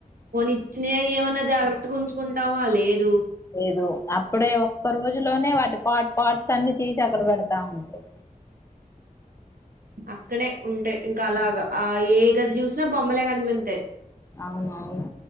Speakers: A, on the right; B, on the left.
A: పోని ఇచ్చినయ్ అయ్ ఏమన్నా జాగ్రత్తగా ఉంచుకుంటామా లేదు
B: లేదు అప్పుడే ఒక్క రోజులోనే వాటి పాట్ పాట్స్ అన్ని తీసి ఎక్కడ పెడతా ఉంటారు
A: అక్కడే ఉంటాయ్ ఇంకా అలాగా ఆ ఏ గది చూసినా బొమ్మలే కనిపింతాయ్
B: అవునవును